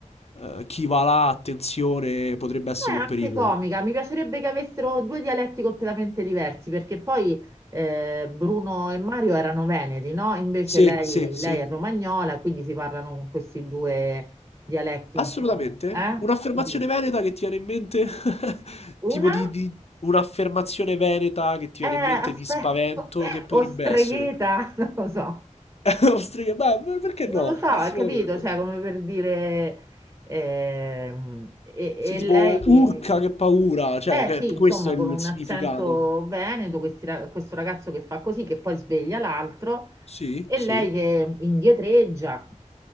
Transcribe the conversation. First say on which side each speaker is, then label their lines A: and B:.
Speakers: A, on the left; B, on the right.
A: eh, chi va là, attenzione, potrebbe essere
B: È anche
A: un pericolo?
B: comica, mi piacerebbe che avessero due dialetti completamente diversi, perché poi eh, Bruno e Mario erano veneti, no? Invece
A: Sì,
B: lei,
A: sì, sì.
B: lei è romagnola, quindi si parlano con questi due dialetti
A: Assolutamente.
B: un po'. Eh?
A: Un'affermazione
B: Quindi,
A: veneta che ti viene in mente? <laughs>
B: una
A: Tipo di, di- un'affermazione veneta che ti
B: è,
A: viene
B: aspetta,
A: in mente di spavento
B: <laughs>
A: che potrebbe
B: o stregheta,
A: essere?
B: <laughs> non lo so.
A: <laughs> Ostriche, beh, perché
B: Non
A: no?
B: lo so, hai
A: Assolutamente.
B: capito? Cioè, come per dire... ehm, e e
A: Sì, tipo
B: lei...
A: urca che paura, cioè
B: Eh
A: que-
B: sì, insomma,
A: questo è il
B: con un
A: significato.
B: accento veneto, questi ra- questo ragazzo che fa così, che poi sveglia l'altro,
A: Sì,
B: e
A: sì,
B: lei che indietreggia,